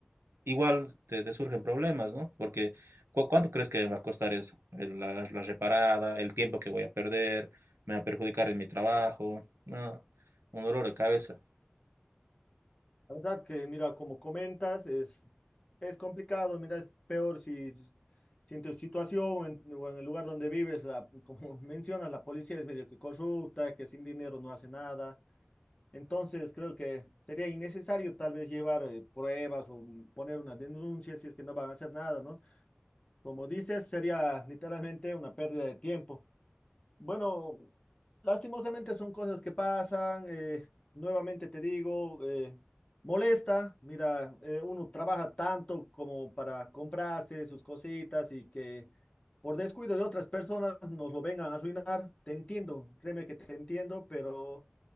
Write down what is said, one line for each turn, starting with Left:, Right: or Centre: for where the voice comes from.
Right: igual te, te surgen problemas, ¿no? Porque ¿cu- ¿cuánto crees que me va a costar eso? El- la, la reparada, el tiempo que voy a perder, me va a perjudicar en mi trabajo, ¿no? Un dolor de cabeza.
Left: La verdad que, mira, como comentas, es, es complicado, mira, es peor si, Si en tu situación en- o en el lugar donde vives, la- como <laughs> mencionas, la policía es medio que corrupta, que sin dinero no hace nada. Entonces creo que sería innecesario tal vez llevar eh, pruebas o mm, poner una denuncia si es que no van a hacer nada, ¿no? Como dices, sería literalmente una pérdida de tiempo. Bueno, lastimosamente son cosas que pasan. eh, nuevamente te digo, eh, molesta. Mira, eh, uno trabaja tanto como para comprarse sus cositas y que por descuido de otras personas nos lo vengan a arruinar. Te entiendo, créeme que te entiendo, pero...